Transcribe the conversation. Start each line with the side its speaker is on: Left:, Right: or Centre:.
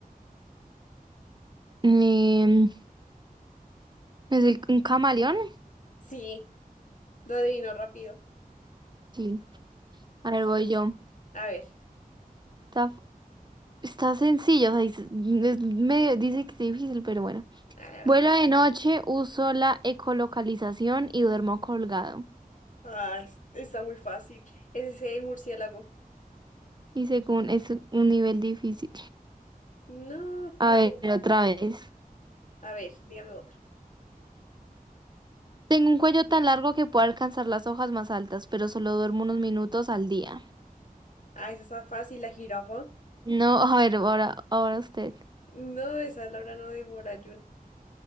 Right: em, ¿es el- un camaleón?
Left: Sí, lo adivinó rápido.
Right: Sí. A ver, voy yo.
Left: A ver,
Right: Está, está sencillo, o sea, dice- es medio- dice que es difícil, pero bueno.
Left: a ver, a
Right: Vuelo
Left: ver.
Right: de noche, uso la ecolocalización y duermo colgado.
Left: Ah, es- está muy fácil. Ese es el murciélago.
Right: Y según es un nivel difícil.
Left: No.
Right: A ver,
Left: pero-
Right: otra vez.
Left: A ver, dígame otra.
Right: Tengo un cuello tan largo que puedo alcanzar las hojas más altas, pero solo duermo unos minutos al día.
Left: Ah, esa está fácil, la jirafa.
Right: No, a ver, ahora, ahora usted.
Left: No, esa Laura no devora y